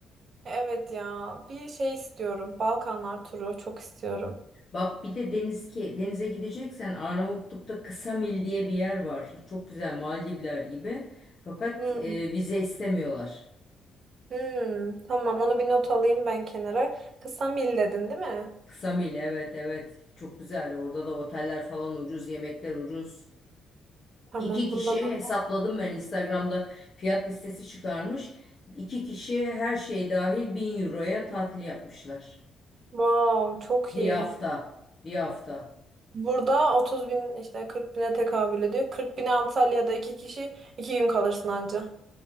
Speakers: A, on the right; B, on the left.
A: Evet ya bir şey istiyorum. Balkanlar turu çok istiyorum.
B: Bak bir de deniz ki denize gideceksen Arnavutluk'ta Ksamil diye bir yer var. Çok güzel Maldivler gibi. Fakat
A: Hmm,
B: e, vize istemiyorlar.
A: hmm. Tamam onu bir not alayım ben kenara. Kısa mil dedin değil mi?
B: Ksamil evet evet. Çok güzel. Orada da oteller falan ucuz, yemekler ucuz.
A: Tamam
B: İki kişi
A: bundan not.
B: hesapladım ben Instagram'da fiyat listesi çıkarmış. İki kişi her şey dahil 1000 euroya tatil yapmışlar.
A: Wow çok
B: Bir
A: iyi.
B: hafta. Bir hafta.
A: Burada 30 bin işte 40 bine tekabül ediyor. 40 bine Antalya'da iki kişi iki gün kalırsın anca.